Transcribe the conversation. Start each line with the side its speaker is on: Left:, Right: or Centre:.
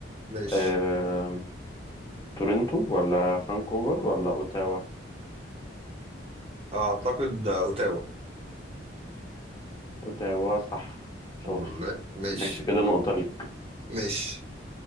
Right: ماشي
Left: آه تورنتو ولا فانكوفر ولا اوتاوا؟
Right: اعتقد اوتاوا
Left: اوتاوا صح شاطر
Right: الحمد لله ماشي
Left: ماشي كده نقطة ليك
Right: ماشي